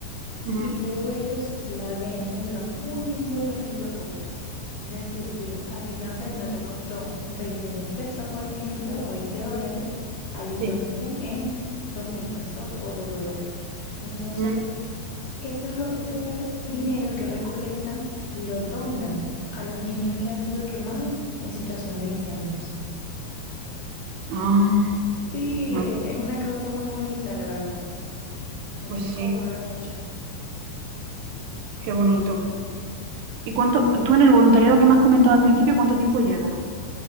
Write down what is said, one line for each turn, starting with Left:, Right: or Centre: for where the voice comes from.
Right: Ujú,
Left: y luego ellos la venden, pero a muy, muy, muy bajito costo. Es decir, si u- a ti una prenda te costó veinte mil pesos, por ejemplo, o 20 dólares, allí
Right: sí.
Left: lo venden en dos mil pesos o 2 dólares. Entonces,
Right: Mm,
Left: esa ro- ese dinero que recolectan lo donan a los niños que han sido quemados en situación de incendios.
Right: ah,
Left: Sí,
Right: vale,
Left: es, es una causa muy bonita, la verdad. A mí
Right: pues
Left: me
Right: sí.
Left: conmueve mucho.
Right: Qué bonito. ¿Y cuánto, tú en el voluntariado que me has comentado al principio, cuánto tiempo llevas?